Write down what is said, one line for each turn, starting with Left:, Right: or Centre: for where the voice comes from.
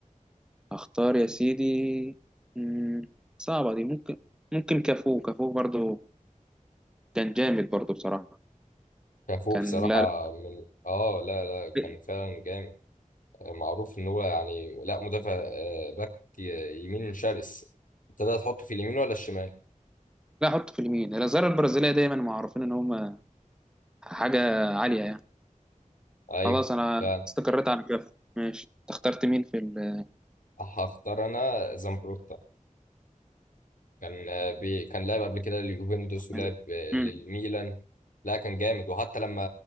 Centre: أختار يا سيدي مم، صعبة دي ممكن ممكن كافو كافو برضو كان جامد برضو بصراحة
Left: كافو
Centre: كان
Left: بصراحة
Centre: لا
Left: من اه لا لا كان
Centre: لا
Left: فعلا جامد معروف ان هو يعني لا مدافع آه، باك ي- يمين شرس ابتدى تحطه في اليمين ولا الشمال
Centre: احط في اليمين الازهار البرازيليه دايما معروفين ان هم حاجه عاليه يعني
Left: ايوه
Centre: خلاص انا
Left: فعلا
Centre: استقريت على كده ماشي انت اخترت مين في ال
Left: هختار انا زامبروتا كان آه، بي كان لعب قبل كده لليوفنتوس
Centre: حلو
Left: ولعب آه،
Centre: امم
Left: للميلان لا كان جامد وحتى لما